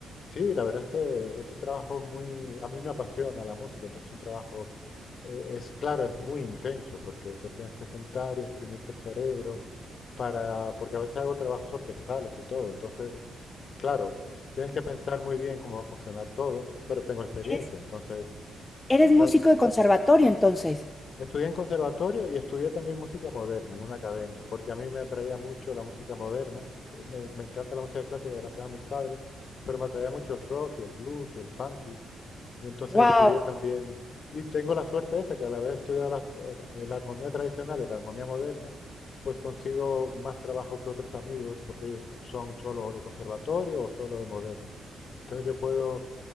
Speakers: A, on the left (about 60°); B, on the left (about 25°).
A: Sí, la verdad es que es un trabajo muy, a mí me apasiona la música, entonces es un trabajo, eh, es claro, es muy intenso porque te tienes que sentar y exprimirte el cerebro para, porque a veces hago trabajos orquestales y todo, entonces Claro, tienes que pensar muy bien cómo va a funcionar todo, pero tengo experiencia,
B: Eres,
A: entonces,
B: eres músico
A: claro,
B: de conservatorio entonces.
A: estudié en conservatorio y estudié también música moderna en una academia, porque a mí me atraía mucho la música moderna, me, me encanta la música clásica gracias a mis padres, pero me atraía mucho el rock y el blues y el funky, y entonces
B: Wow.
A: estudié también, y tengo la suerte esa, que al haber estudiado la, eh, la armonía tradicional y la armonía moderna, pues consigo más trabajo que otros amigos, porque ellos son solo de conservatorio o solo de moderno. Entonces yo puedo,